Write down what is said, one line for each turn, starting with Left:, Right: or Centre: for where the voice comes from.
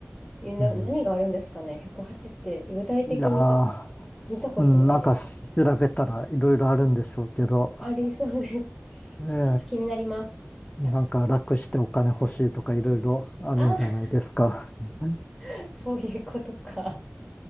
Centre: えな、
Left: うん。
Centre: 何があるんですかね ?108 って具体的に
Left: いやー、
Centre: 見たことないです。
Left: うん、なんか調べたらいろいろあるんでしょうけど、
Centre: ありそうです。<laughs>
Left: ね
Centre: ちょっと気になります。1
Left: え、なんか楽してお金欲しいとかいろいろあるんじゃないですか。
Centre: 0あ
Left: <laughs>
Centre: あ、そういうことか。